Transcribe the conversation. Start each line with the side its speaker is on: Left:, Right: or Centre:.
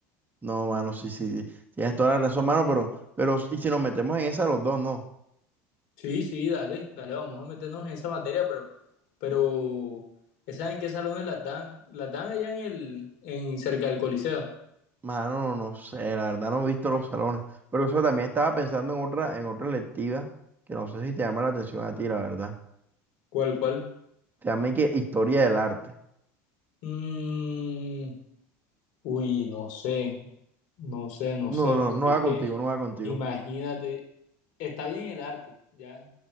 Right: No, mano, sí, sí, sí, tienes toda la razón, mano, pero, pero, y si nos metemos en esa los dos, no,
Left: Sí, sí, dale, dale, vamos a meternos en esa materia, pero, pero, ¿saben en qué salones las dan? Las dan allá en el, en cerca del Coliseo.
Right: mano, no sé, la verdad no he visto los salones, pero eso también estaba pensando en otra, en otra electiva, que no sé si te llama la atención a ti, la verdad,
Left: ¿Cuál, cuál?
Right: se llama y que Historia del Arte.
Left: Mm, uy, no sé, no sé, no sé,
Right: No, no,
Left: porque
Right: no va
Left: es que,
Right: contigo, no va contigo.
Left: imagínate, está bien el arte, ya,